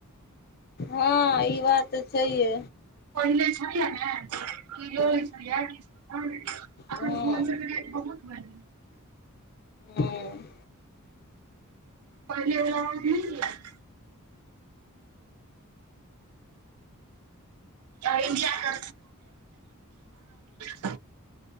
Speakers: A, on the left; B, on the right.
A: हँ ई बात तऽ छैहे
B: पहिले छलियै ने कि दो
A: हँ
B: एई छलैया हम अपन
A: हँ
B: बौआ सबके जे बहुत <unintelligible>
A: हुँ
B: पहिले बला <unintelligible> इ इन्डिया के <unintelligible>